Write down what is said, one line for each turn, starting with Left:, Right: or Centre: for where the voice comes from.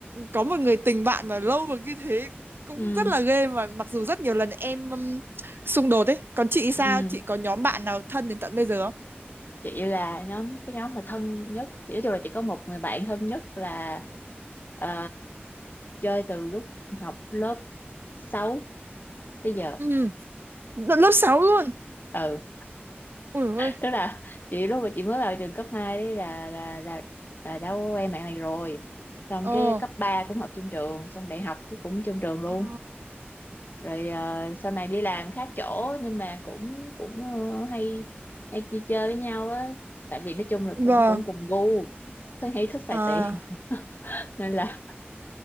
Right: có một người tình bạn mà lâu mà như thế cũng
Left: ừ
Right: rất là ghê mà mặc dù rất nhiều lần em um, xung đột ấy còn chị sao
Left: ừ
Right: chị có nhóm bạn nào thân đến tận bây giờ không
Left: <laughs> chị là nhóm cái nhóm mà thân nhất Thì nói chung là chị có một người bạn thân nhất là ờ, chơi từ lúc học lớp sáu tới giờ
Right: ừ lớp 6 luôn
Left: ừ
Right: ui ơi
Left: tức là chị lúc mà chị mới vào trường cấp 2 ấy là là là là đã quen bạn này rồi xong
Right: ờ
Left: cái cấp 3 cũng học chung trường xong đại học cái cũng chung trường luôn
Right: ờ
Left: rồi ờ, sau này đi làm khác chỗ nhưng mà cũng cũng ờ, hay hay đi chơi với nhau á tại vì nói chung là
Right: vâng.
Left: cũng cũng cùng gu tôi hay thích xài
Right: À,
Left: tiền <laughs> nên là